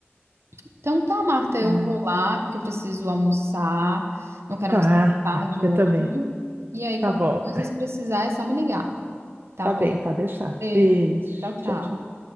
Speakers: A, on the right; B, on the right.
A: Então tá, Marta, eu
B: É.
A: vou lá, porque eu preciso almoçar. Não quero
B: Tá,
A: almoçar tarde
B: tá, eu
A: hoje.
B: também.
A: E aí,
B: Tá
A: qualquer
B: bom,
A: coisa, se precisar, é só me ligar, tá
B: tá
A: bom?
B: bem, pode deixar.
A: Beijo.
B: Beijo,
A: Tchau, tchau.
B: tchau, tchau.